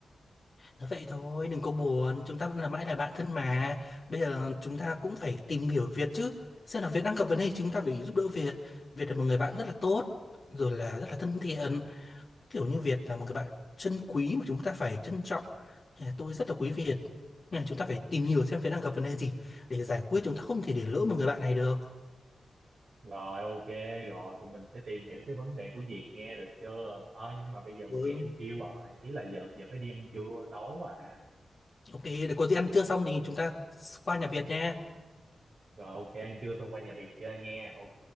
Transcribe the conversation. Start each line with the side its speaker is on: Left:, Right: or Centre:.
Left: Nói Vậy thôi, đừng có buồn, chúng ta vẫn là mãi là bạn thân mà. Bây giờ chúng ta cũng phải tìm hiểu Việt chứ. Xem là Việt đang gặp vấn đề chúng ta phải giúp đỡ Việt. Việt là một người bạn rất là tốt, rồi là rất là thân thiện. Kiểu như Việt là một người bạn chân quý mà chúng ta phải trân trọng. nhà Tôi rất là quý Việt. Nên là chúng ta phải tìm hiểu xem Việt đang gặp vấn đề gì để giải quyết chúng ta không thể để lỡ một người bạn này được.
Right: Rồi ok, rồi tụi mình sẽ tìm hiểu cái vấn đề của Việt nghe được chưa? Ờ nhưng mà bây giờ mà
Left: Ừ.
Right: mẹ tôi kêu rồi, ý là giờ giờ phải đi ăn trưa, đói quá à.
Left: Ok, để có gì ăn trưa xong thì chúng ta qua nhà Việt nha.
Right: Rồi ok, ăn trưa xong qua nhà Việt chơi nha, ok.